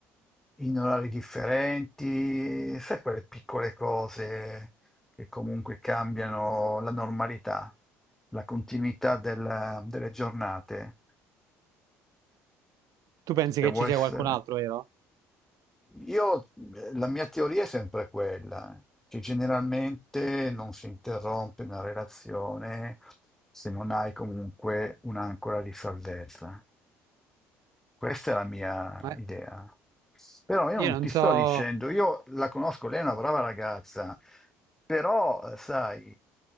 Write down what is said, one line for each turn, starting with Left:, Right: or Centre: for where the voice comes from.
Centre: in orari differenti, sai quelle piccole cose che comunque cambiano la normalità, la continuità del- delle giornate.
Right: Tu pensi
Centre: Devo
Right: che ci
Centre: essere.
Right: sia qualcun altro, vero?
Centre: Io, eh, la mia teoria è sempre quella, che generalmente non si interrompe una relazione se non hai comunque un'ancora di salvezza. Questa è la mia
Right: Ma
Centre: idea. Però io
Right: io
Centre: non
Right: non
Centre: ti
Right: so...
Centre: sto dicendo, io la conosco, lei è una brava ragazza, però eh, sai,